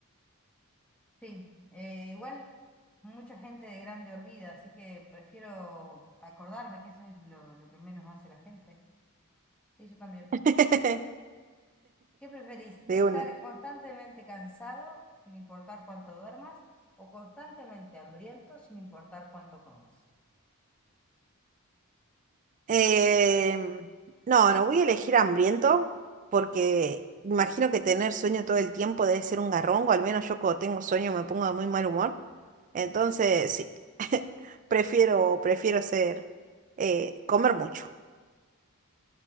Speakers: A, in the centre; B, on the right.
A: Sí, eh, igual mucha gente de grande olvida, así que prefiero acordarme que eso es lo, lo que menos hace la gente. Sí, yo también.
B: <laughs>
A: ¿Qué preferís? ¿Estar
B: de una.
A: constantemente cansado sin importar cuánto duermas o constantemente hambriento sin importar cuánto comas?
B: Eh, no, no voy a elegir hambriento porque imagino que tener sueño todo el tiempo debe ser un garrón, o al menos yo cuando tengo sueño me pongo de muy mal humor. Entonces, sí, <laughs> prefiero, prefiero ser, eh, comer mucho.